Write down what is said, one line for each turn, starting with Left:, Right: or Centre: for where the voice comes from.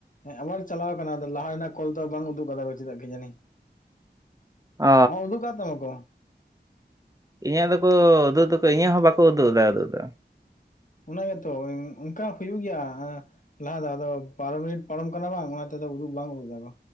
Left: ᱦᱮᱸ ᱟᱵᱟᱨ ᱪᱟᱞᱟᱣ ᱟᱠᱟᱱᱟ ᱞᱟᱦᱟ ᱨᱮᱱᱟᱜ ᱠᱚᱞ ᱫᱚ ᱵᱟᱝ ᱩᱫᱩᱜ ᱠᱟᱫᱟ ᱪᱮᱫᱟᱜ ᱠᱮ ᱡᱟᱱᱤ᱾
Right: ᱚ
Left: ᱦᱚ ᱩᱫᱩᱜ ᱠᱟᱜ ᱛᱟᱢᱟ ᱠᱚ
Right: ᱤᱧᱟᱹᱜ ᱫᱚᱠᱚ ᱩᱫᱩᱜ ᱫᱟᱠᱚ ᱤᱧᱟᱹᱜ ᱦᱚᱸ ᱵᱟᱠᱚ ᱩᱫᱩᱜ ᱮᱫᱟ ᱩᱫᱩᱜ ᱫᱚ᱾
Left: ᱚᱱᱟᱜᱮᱛᱚ ᱚᱱᱠᱟ ᱦᱩᱭᱩᱜ ᱜᱮᱭᱟ ᱞᱟᱦᱟ ᱫᱷᱟᱶ ᱫᱚ ᱵᱟᱨᱚ ᱢᱤᱱᱤᱴ ᱯᱟᱨᱚᱢ ᱠᱟᱱᱟ ᱵᱟᱝ ᱚᱱᱟ ᱛᱮᱫᱚ ᱩᱫᱩᱜ ᱵᱟᱝ ᱩᱫᱩᱜ ᱫᱟᱠᱚ᱿